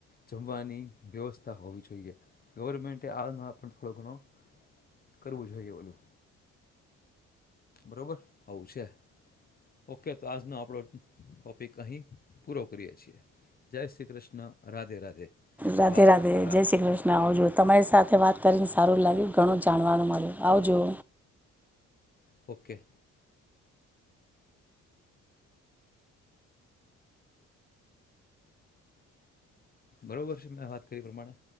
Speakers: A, on the left; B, in the centre.
A: જમવાની વ્યવસ્થા હોવી જોઈએ. ગવર્મેન્ટ આમાં પણ થોડો ઘણો કરવું જોઈએ ઓલું. બરોબર આવું છે ઓકે તો આજનો આપણો ટોપિક અહી પૂરો કરીએ છીએ. જય શ્રી કૃષ્ણ, રાધે રાધે.
B: રાધે
A: બાપા
B: રાધે,
A: સીતારામ
B: જય શ્રી કૃષ્ણ, આવજો તમારી સાથે વાત કરીને સારું લાગ્યું, ઘણું જાણવાનું મળ્યું, આવજો.
A: ઓકે. બરોબર છે, મેં વાત કરી પ્રમાણે.